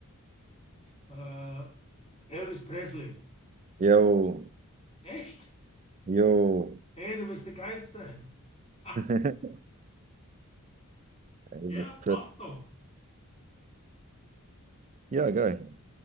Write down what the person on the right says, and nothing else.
Yo,
yo.
<laughs> Elvis
Presley.
Ja, geil.